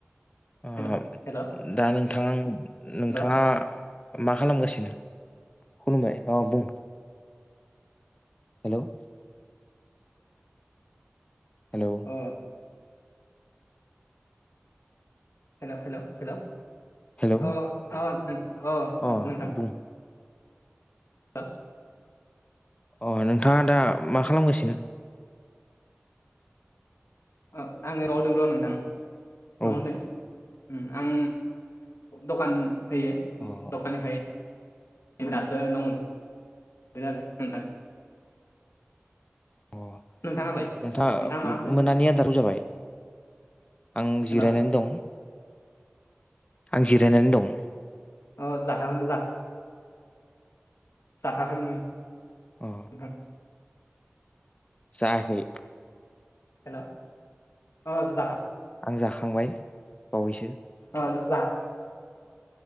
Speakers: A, on the left (about 30°); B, on the left (about 85°).
A: अ
B: हेल' हेल' हेल'
A: दा नोंथां
B: अ
A: नोंथाङा मा खालामगासिनो खुलुमबाय अ बुं हेल' हेलौ
B: अ हेल हेल-हेल' अ
A: हेलौ
B: अ-अ नोंथां
A: अ बुं
B: दा
A: अ नोंथाङा दा मा खालामगासिनो
B: अ आङो न'आवदों र' नोंथां
A: औ
B: न'आवदों ओम आं दखान होयो
A: अ
B: दखाननिफ्राय दासो न' मोनफैदों आरो नोंथां
A: अ
B: नोंथाङालाय
A: नोंथाङा
B: मा होनदों
A: मोनानि आदारखौ जाबाय आं
B: हेल'
A: जिरायनानै दं आं जिरायनानै दं
B: अ जा खाम जा जाखागोन नोंथां
A: अ जायाखै
B: हेल' अ जा
A: आं जाखांबाय बावैसो
B: अ जा